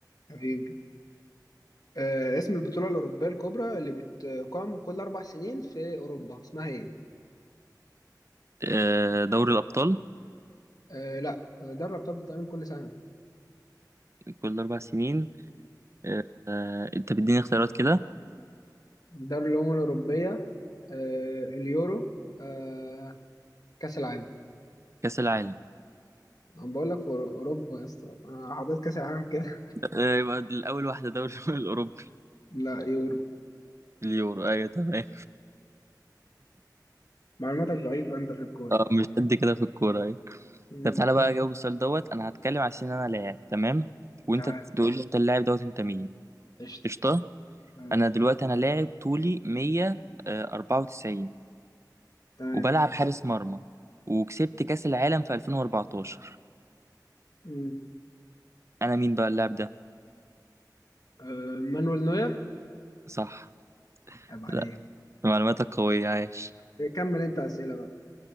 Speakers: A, on the left (about 60°); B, on the right (about 40°).
A: حبيبي آه اسم البطوله الاوروبيه الكبرى اللي بتقام كل اربع سنين في اوروبا اسمها ايه
B: آه، دوري الابطال
A: آه لا دوري الابطال بتتعمل كل سنه
B: كل اربع سنين آه، آه، انت بتديني اختيارات كده
A: دوري الأمم الأوروبية آه، اليورو آه، كأس العالم
B: كأس العالم
A: أنا بقول لك في أورو- أوروبا يا اسطى أنا حضرت كأس العالم كده
B: آه، يبقى الاول واحدة دوري <laughs> الاوروبي
A: <laughs> لا يورو
B: اليورو ايوه تمام
A: معلوماتك ضعيفة أنت في
B: <laughs>
A: الكورة
B: اه مش قد كده في الكورة ايوه
A: مم.
B: طب تعالى بقى اجاوب السؤال دوت انا هتكلم على سن انا لاعب تمام وانت
A: تمام
B: تقول لي انت اللاعب دوت انت مين
A: قشطة
B: قشطة
A: آه،
B: انا دلوقتي انا لاعب طولي 194
A: تمام
B: وبلعب حارس مرمى وكسبت كاس العالم في 2014
A: مم.
B: انا مين بقى اللاعب ده
A: آه، مانويل نوير
B: صح
A: عيب عليك
B: لا معلوماتك قوية عايش
A: إيه، كمل أنت أسئلة بقى